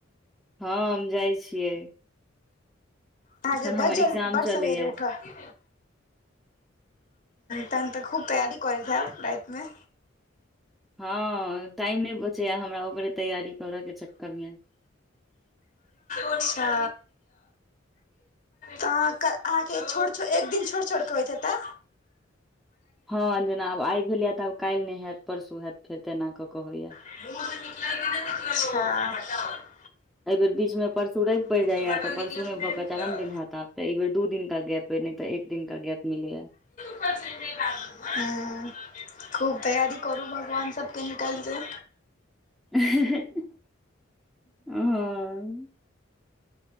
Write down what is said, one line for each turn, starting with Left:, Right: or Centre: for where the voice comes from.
Centre: हँ हम जाइ छियै
Left: आहाँ
Centre: एखन हमर
Left: बड -जल्द-
Centre: एग्जाम
Left: बड सबेरे
Centre: चलैया
Left: उठह हू तहन तऽ खूब तैयारी करैत हेअब रैतमे
Centre: हँ टाइम नैय बचैया हमरा ओकरे तैयारी करऽ के चक्कर मे
Left: अच्छा तअ <unintelligible> एक दिन छोड़- छोड़ के होइत हेतै
Centre: हँ जेना आब आइ भेलै या तऽ आब कैल नै हेऽत परसू हेऽत फेर तेना कऽ क होइया
Left: अच्छा
Centre: एैय बेर बीच मे परस <unintelligible> पैर
Left: मुँह
Centre: जाइय
Left: से बटन
Centre: या तऽ
Left: निकलल
Centre: परसू न
Left: कि
Centre: नैह
Left: नहि
Centre: भऽ
Left: निकलल।
Centre: पेऽत चारम दिन हेऽत आब तऽ ऐय बेर दू दिन का गैऽप नहि तऽ एक दिन का गैऽप मिलैया
Left: हू खूब तैयारी करू भगवान सबके निकैल जे
Centre: <unintelligible> ओ